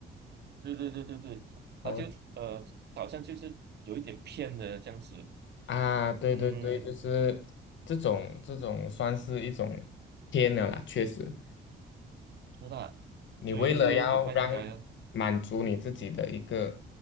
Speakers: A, on the right; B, on the left.
A: 对对对对对，他就呃好像就是有一点骗的这样子，
B: <laughs> 啊，对对对，
A: 嗯，
B: 就是这种这种算是一种天了啦，确实，
A: 是啦，
B: 你为了嗯要让满足你自己的一个
A: 所以就不太应该了。